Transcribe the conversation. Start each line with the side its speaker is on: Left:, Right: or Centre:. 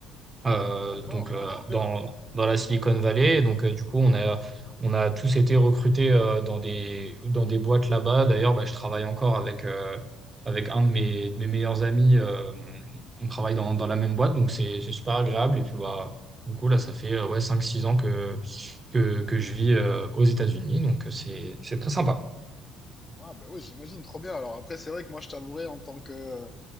Right: euh,
Left: d'accord,
Right: donc euh,
Left: ah, super.
Right: dans, dans la Silicon Valley. Donc euh, du coup, on a, on a tous été recrutés euh, dans des, dans des boîtes là-bas. D'ailleurs, bah, je travaille encore avec, euh, avec un de mes, de mes meilleurs amis. euh, on travaille dans, dans la même boîte, donc c'est c'est super agréable. Et puis bah, du coup, là, ça fait euh, ouais, cinq six ans que, que, que je vis euh, aux États-Unis, donc euh, c'est c'est très sympa.
Left: Ah ben oui, j'imagine, trop bien. Alors après, c'est vrai que moi, je t'avouerai en tant que euh,